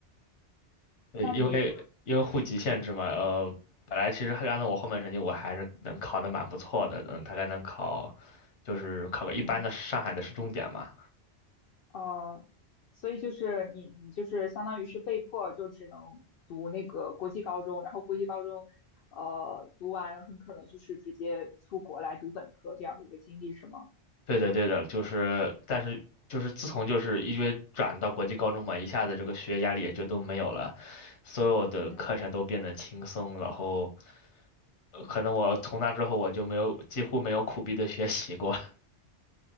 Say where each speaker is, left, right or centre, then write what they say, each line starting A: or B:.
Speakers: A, on the left; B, on the left.
A: 对，
B: 那你，
A: 因为因为户籍限制嘛，呃，本来其实还按照我后面成绩，我还是能考得蛮不错的，嗯，大概能考，就是考个一般的上海的市重点嘛。
B: 嗯，哦，所以就是你，你就是相当于是被迫就只能读那个国际高中，然后国际高中，呃，读完很可能就是直接出国来读本科这样的一个经历，是吗？
A: 对的，对的，就是，但是就是自从就是因为转到国际高中嘛，一下子这个学业压力也就都没有了，所有的课程都变得轻松，
B: 嗯
A: 然后呃可能我从那之后我就没有几乎没有苦逼的学习过。<laughs>